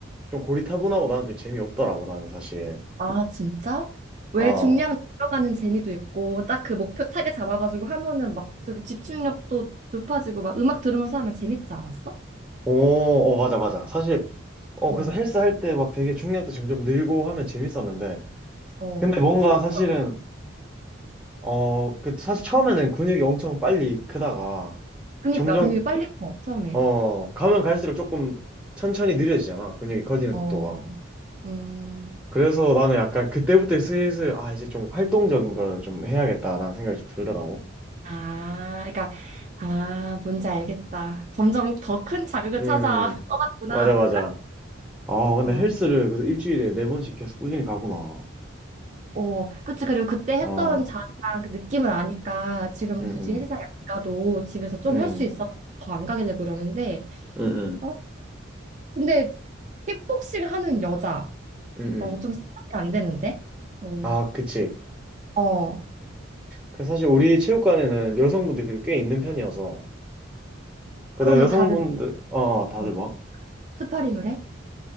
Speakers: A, in the centre; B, on the right.
A: 좀 고리타분하고 나는 좀 재미없더라고 나는 사실.
B: 아, 진짜? 왜
A: 아,
B: 중량 들어가는 재미도 있고 딱 그 목표 타겟 잡아가지고 하면은 막 그 집중력도 높아지고 막 음악 들으면서 하면 재밌지 않았어?
A: 오, 어, 맞아, 맞아. 사실, 어,
B: 어,
A: 그래서 헬스 할 때 막 되게 중량도 점점 늘고 하면 재밌었는데
B: 어.
A: 근데 뭔가
B: 슬럼프
A: 사실은
B: 같고.
A: 어, 그 사실 처음에는 근육이 엄청 빨리 크다가
B: 그니까
A: 점점
B: 근육이 빨리 커 처음에.
A: 어, 가면 갈수록 조금 천천히 느려지잖아. 근육이 커지는
B: 어,
A: 속도가.
B: 음.
A: 그래서 나는 약간 그때부터 슬슬, 아, 이제 좀 활동적인 걸 좀 해야겠다라는 생각이 좀 들더라고.
B: 아, 그러니까 아, 뭔지 알겠다. 점점 더 큰 자극을
A: 음,
B: 찾아 <laughs> 떠났구나.
A: 맞아, 맞아. 아, 근데
B: 어.
A: 헬스를 그래도 일주일에 네 번씩 계속 꾸준히 가구나.
B: 어, 그치. 그리고 그때
A: 아,
B: 했던 자세랑 그 느낌을 아니까 지금
A: 응,
B: 굳이
A: 응,
B: 헬스장에 안 가도 집에서 좀
A: 응,
B: 할 수 있어서 더 안 가게 되고 이러는데,
A: 응,
B: 어, 근데 킥복싱 하는 여자,
A: 응, 응.
B: 어, 좀 상상이 안 되는데? 어,
A: 아, 그치.
B: 어,
A: 그 사실 우리 체육관에는 여성분들이 그래도 꽤 있는 편이어서. 근데
B: 그러면
A: 여성분들,
B: 다들
A: 어, 어, 다들
B: 어,
A: 뭐?
B: 스파링을 해?